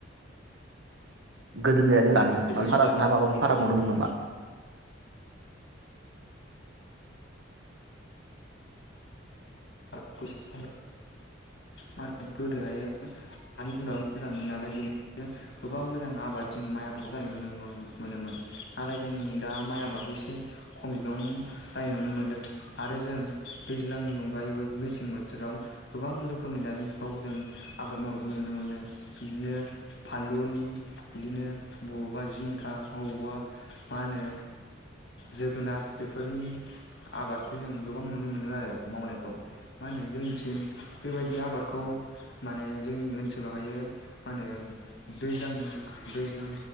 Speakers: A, on the right; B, on the left.
A: गोदोनियारि आरो दानि माबा
B: जों नुनो
A: फाराग ना माबा मोनसे फाराग नुनो मोनदों नामा?
B: <unintelligible> मा होनो गोदोहायो हानि गुनाबो मोजांमोन नालाय बेनिखायनो गोबां मोजां आबाद जोंनि माइ आबाखौ जानाय <unintelligible> मोनोमोन नाथाय जोंनि दा माइ आबादखौ एसे खम बिबां जानाय नुनो मोन दों आरो जों दैज्लांनि अनगायैबो मेसें बोथोराव गोबां रोखोमनि दानि जुगाव जों आबाद मावनायखौ नुनो मोनो बिदिनो फानलुनि- बिदिनो बबावबा जिंखा हबावबा मा होनो जोगोनार बेफोरनि आबादखौ जों गोबां नुनो मोनदों आरो मावनायखौ। मा होनो जोंनिथिं बेबायदि आबादखौ माने जोंनि ओनसोलावहायो मा होनो दैज्लांनि दैज्लां